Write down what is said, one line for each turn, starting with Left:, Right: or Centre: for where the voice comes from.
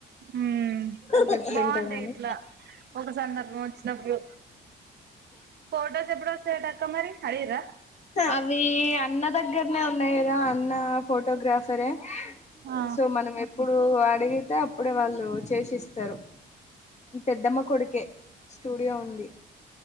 Right: హ్మ్.
Left: గుర్తుంటది
Right: బావుంటాయి
Left: అని
Right: ఇట్లా ఒక సందర్భం వచ్చినప్పుడు. ఫొటోస్ ఎప్పుడు వస్తాయటక్క మరి అడిగిర్రా
Left: అవి అన్న దగ్గరనే ఉన్నాయి కదా అన్న ఫోటోగ్రాఫరే
Right: ఆ
Left: సో మనం ఎప్పుడు అడిగి తే అప్పుడే వాళ్ళు చేసిస్తారు పెద్దమ్మ కొడుకే స్టూడియో ఉంది